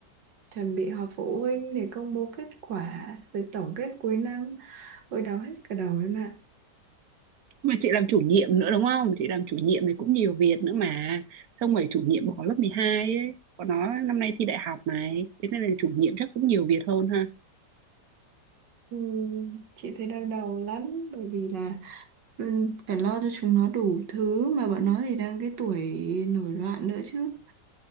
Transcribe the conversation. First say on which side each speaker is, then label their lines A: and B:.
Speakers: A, on the right; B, on the right.
A: chuẩn bị họp phụ huynh để công bố kết quả rồi tổng kết cuối năm ôi đau hết cả đầu em ạ
B: mà chị làm chủ nhiệm nữa đúng không chị làm chủ nhiệm thì cũng nhiều việc nữa mà xong rồi chủ nhiệm bỏ lớp 12 ấy còn nó năm nay thi đại học này thế nên là chủ nhiệm chắc cũng nhiều việc hơn ha
A: Ừ, chị thấy đau đầu lắm bởi vì là ừ, phải lo cho chúng nó đủ thứ mà bọn nó thì đang cái tuổi nổi loạn nữa chứ